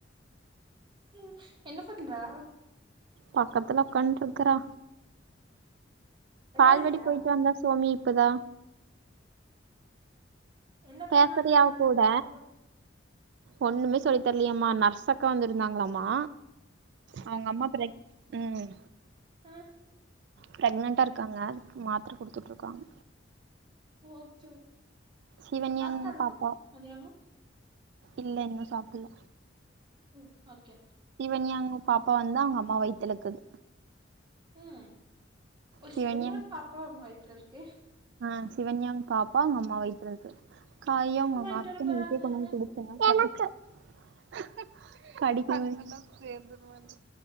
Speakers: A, on the right; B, on the right.
A: ம் என்ன பண்றா
B: பக்கத்துல உ்காண்டு இருக்றா
A: வெளாட்லையா
B: பால்வடி போயிட்டு வந்தா சோமி க்தா
A: என்ன
B: பேசுறியா
A: பண்ணாங்களா
B: அவ
A: பால்வாடில
B: கூட ஒண்ணுமே சொல்லி தர்லியாமா நர்சக்கா வந்திருந்தாங்ளாமா அவுங்க அம்மாக்கு ரெக் ம்
A: ஆ
B: பிரெக்னன்டா இருக்காங்க அதுக்கு மாத்ர குடுத்துட்டு இருக்காங்க
A: ஓகே ஓகே
B: சிவன்யாங்க
A: சாப்ட்டாளா
B: பாப்பா
A: மத்தியானோ
B: இல்ல இன்னு சாப்பில்ல
A: ம் ஓகே
B: சிவன்யாங்க பாப்பா வந்து அவங்க அம்மா வைத்தலுக்கது
A: ம் ஓ
B: சிவன்யாங்
A: சிவன்யா ஓட பாப்பா உங்க வயித்துல இருக்கு
B: ஆ சிவன்யா பாப்பா உங்க அம்மா வயித்துல இருக்கு காயம்
A: எப்ப
B: அங்க
A: வாங்கிட்டு
B: அர்ச்சன
A: வர போறாங்க
B: உ பேர் பண்ணுவாங் குடுத்தா
A: முக்கியமா
B: <inaudible> கடிக்கும் போ